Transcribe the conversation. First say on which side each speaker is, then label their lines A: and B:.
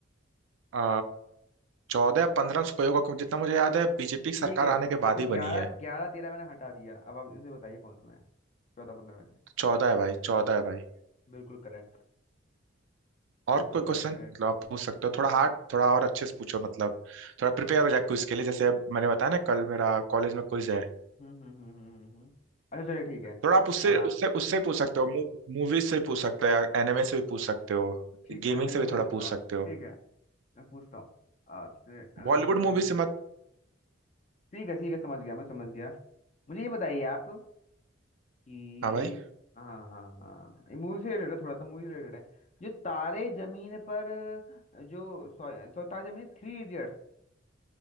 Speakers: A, on the right; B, on the left.
A: अ, चौदह या पंद्रह में से कोई होगा क्योंकि जितना मुझे याद है बीजेपी की सरकार
B: ठीक है
A: आने के
B: आपका
A: बाद ही
B: 11
A: बनी है
B: 11 13 मैंने हटा दिया अब आप इनसे बताइए कौन सा है चौदह पंद्रह में से
A: चौदह है भाई चौदह है भाई
B: बिल्कुल करेक्ट
A: और
B: बिल्कुल
A: कोई क्वेश्चन
B: करेक्ट
A: मतलब
B: करेक्ट
A: आप पूछ सकते हो थोड़ा हार्ड थोड़ा और अच्छे से पूछो मतलब थोड़ा प्रिपेयर हो जाए क्विज के लिए जैसे अब मैंने बताया ना कल मेरा कॉलेज में क्विज है
B: हम्म हम्म हम्म हम्म हम्म, हम्म। अच्छा चलिए ठीक है
A: थोड़ा आप उससे
B: अ,
A: उससे उससे पूछ सकते हो मूवीज से भी पूछ सकते हो या एनिमे से भी पूछ सकते हो
B: ठीक
A: गेमिंग
B: है मैं
A: से
B: मुझसे
A: भी
B: पूछता
A: थोड़ा पूछ
B: हूँ
A: सकते हो
B: ठीक है मैं पूछता हूँ आपसे अ,
A: बॉलीवुड मूवी से मत
B: ठीक है ठीक है समझ गया मैं समझ गया मुझे ये बताइए आप कि
A: हाँ भाई
B: हाँ हाँ, हाँ। ये मूवी से रिलेटेड है थोड़ा सा मूवी रिलेटेड है जो तारे जमीन पर जो सॉरी तो तारे जमीन थ्री इडियट्स